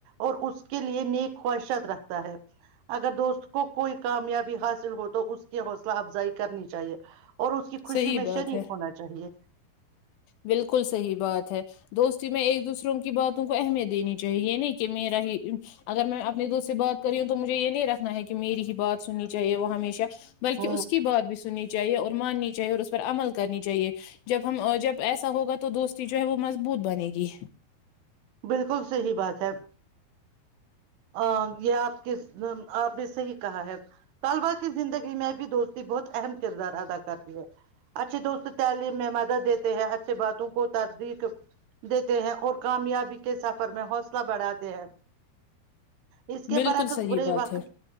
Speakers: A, on the right; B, on the left.
A: اور اس کے لیے نیک خواہشت رکھتا ہے اگر دوست کو کوئی کامیابی حاصل ہو تو اس کی حوصلہ افزائی کرنی چاہیے اور اس کی خوشی
B: صحیح
A: میں
B: بات
A: شریک
B: ہے
A: ہونا چاہیے
B: بالکل صحیح بات ہے دوستی میں ایک دوسروں کی باتوں کو اہمیت دینی چاہیے یہ نہیں کہ میرا ہی اگر میں اپنے دوست سے بات کر رہی ہوں تو مجھے یہ نہیں رکھنا ہے کہ میری ہی بات سننی چاہیے وہ ہمیشہ بلکہ
A: ہ
B: اس کی بات بھی سنی چاہیے اور ماننی چاہیے اور اس پر عمل کرنی چاہیے جب ہم جب ایسا ہوگا تو دوستی جو ہے وہ مضبوط بنے گی
A: بالکل صحی بات ہے <unintelligible> ا یہ آپ کے آپ نے صحیح کہا ہے طلبا کی زندگی میں بھی دوستی بہت اہم کردار ادا کر رہی ہے اچھے دوست تعلیم میں مدد دیتے ہیں اچھے باتوں کو تدیق دیتے ہیں اور کامیابی کے سب میں حوصلہ بڑھاتے ہیں اس کے
B: بالکل
A: برعکس
B: صحیح
A: برے
B: بات
A: وقت
B: ہے